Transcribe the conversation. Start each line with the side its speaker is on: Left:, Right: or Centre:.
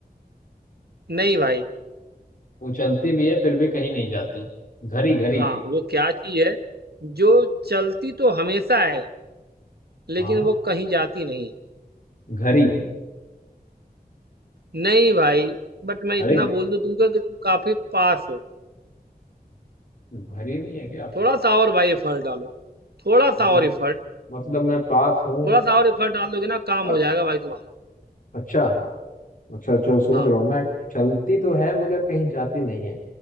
Right: नहीं भाई
Left: वो चलती भी है फिर भी कहीं नहीं जाती घड़ी घड़ी
Right: हाँ वो क्या चीज है जो चलती तो हमेशा है लेकिन
Left: हाँ
Right: वो कहीं जाती नहीं
Left: घरी
Right: नहीं भाई बट मैं
Left: अरे
Right: इतना बोल दूं तुमको कि तुम काफी पास हो
Left: घरी नहीं है क्या
Right: थोड़ा सा और भाई एफर्ट डालो थोड़ा सा
Left: मतलब
Right: और एफर्ट
Left: मतलब मैं पास हूँ
Right: थोड़ा सा और एफर्ट डाल दोगे ना काम
Left: पर
Right: हो जाएगा भाई तुम्हारा
Left: अच्छा अच्छा अच्छा सोच
Right: हाँ
Left: रहा हूँ मैं चलती तो है मगर कहीं जाती नहीं है